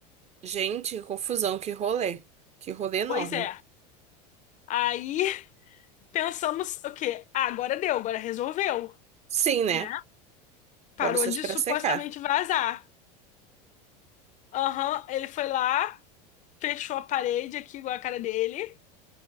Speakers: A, on the right; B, on the left.
A: Gente, que confusão, que rolê. Que rolê enorme.
B: Pois é. Aí <laughs> pensamos o quê? Ah, agora deu, agora resolveu,
A: Sim, né?
B: né? Parou
A: Agora é só
B: de
A: esperar
B: supostamente
A: secar.
B: vazar. Aham, ele foi lá, fechou a parede aqui, igual a cara dele,